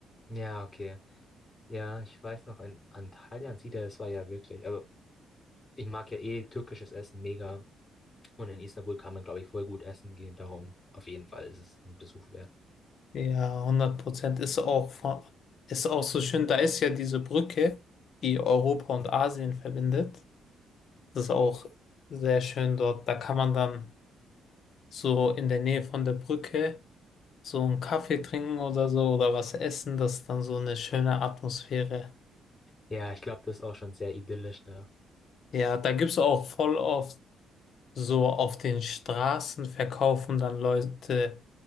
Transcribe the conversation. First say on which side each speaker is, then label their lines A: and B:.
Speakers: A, on the left; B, on the left.
A: Ja, okay. Ja, ich weiß noch, in Antalya und Sida, das war ja wirklich. Also, ich mag ja eh türkisches Essen mega. Und in Istanbul kann man, glaube ich, voll gut essen gehen. Darum, auf jeden Fall ist es ein Besuch wert.
B: Ja, hundert Prozent ist auch, von- ist auch so schön. Da ist ja diese Brücke, die Europa und Asien verbindet. Das ist auch sehr schön dort. Da kann man dann so in der Nähe von der Brücke so einen Kaffee trinken oder so oder was essen. Das ist dann so eine schöne Atmosphäre.
A: Ja, ich glaube, das ist auch schon sehr idyllisch da.
B: Ja, da gibt es auch voll oft so auf den Straßen verkaufen dann Leute